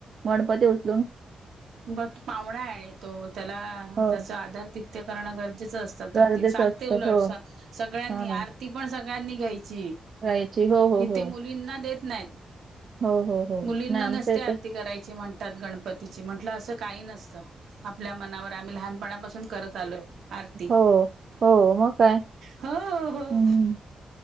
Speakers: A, on the right; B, on the right.
A: गणपती उचलुन
B: मग पावणा आहे तो. त्याला
A: हो
B: त्याचा आधार ते करण गरजेच असत. तर
A: गरजेचं
B: ती सांगते
A: असतं
B: उलट
A: हो
B: स सगळ्यांनी
A: हा
B: आरती ती पण सगळ्यांनी घ्यायची.
A: जायची हो हो
B: इथे
A: हो
B: मुलींना देत नाहीत.
A: हो हो हो
B: मुलींना
A: नाही आमच्या
B: नसते
A: इथे
B: आरती करायची म्हण तात गणपतीची. म्हटल अस काही नसत. आपल्या मनावर आम्ही लहानपणापासून करत आलोय. आरती
A: हो हो मग काय
B: हो हो
A: हम्म,